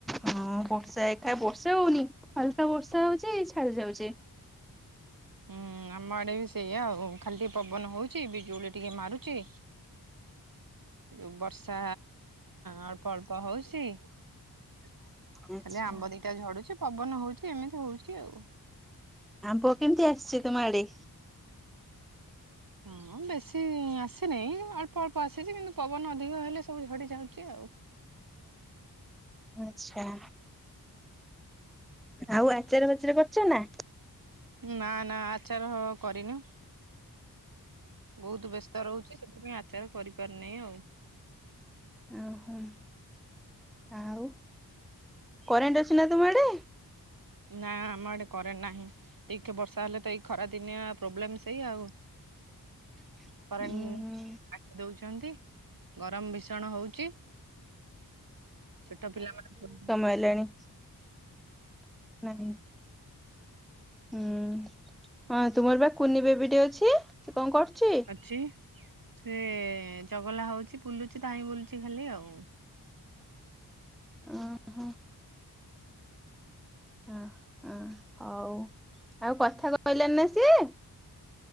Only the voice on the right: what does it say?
ହୁଁ ଆମ ଆଡ଼େବି ସେଇଆ ଆଉ ଖାଲି ଟିକେ ପବନ ହଉଚି ବିଜୁଳି ଟିକେ ମାରୁଚି ଯୋ ବର୍ଷ ତା ଅଳ୍ପ ଅଳ୍ପ ହଉଚି ଖାଲି
ଆମ୍ବ ଦେ ଝଡ଼ୁଚି ପବନ ହଉଚି ଏମିତି ହଉଚି ଆଉ।
ହଁ ବେଶୀ ଆସିନାହିଁ ଅଳ୍ପ ଅଳ୍ପ ଆସିଚି କିନ୍ତୁ ପବନ ଅଧିକ ହେଲେ ସବୁ ଝଡ଼ି ଯାଉଚି। ଚି ଆଉ।
ନା ନା ଆଚାର କରିନୁ ବହୁତ୍ ବେ ସ୍ତ ରହୁଚି ସେଥିପାଇଁ ଆଚାର କରିପାରୁନାହିଁ ଆଉ।
ନା ଆମ ଆଡ଼େ କରେଣ୍ଟ ନାହିଁ। ଟିକେ ବର୍ଷା ହେଲେତ ଏଇ ଖରା ଦିନିଆ ପ୍ରୋବ୍ଲେମ୍ ସେଇ ଆଉ।
କରେଣ୍ଟେ
କାଟି ଦଉଚନ୍ତି ଗରମ୍ ଭୀଷଣ ହଉଚି। ଛୋଟ ପିଲାମାନଙ୍କୁ
ଅଛି ସେଚଗଲା ହଉଚି ବୁଲୁଚି ଧାଇଁ ବୁଲୁଚି ଖାଲି ଆଉ।